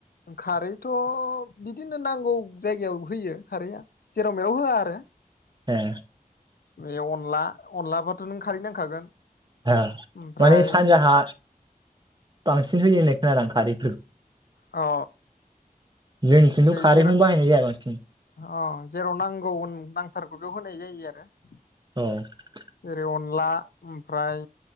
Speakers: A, on the left; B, on the right.
A: खारैथ' बिदिनो नांगौ जायगायाव होयो खारैआ जेराव मेराव होआ आरो
B: ए
A: बे अनला अनलाबथ' नों खारै नांखागोन
B: ओ
A: ओमफ्राय
B: माने सानजाहा बांसिन होयोनाय खोनादां खारै
A: औ
B: जोंनिथिंथ' खारैखौनो
A: जेराव
B: बाहायनाय जाया बांसिन
A: अ जेराव नांगौ उम नांथारगौ बेयाव होनाय जायो आरो <inaudible>
B: <unintelligible>
A: ओरै अनला ओमफ्राय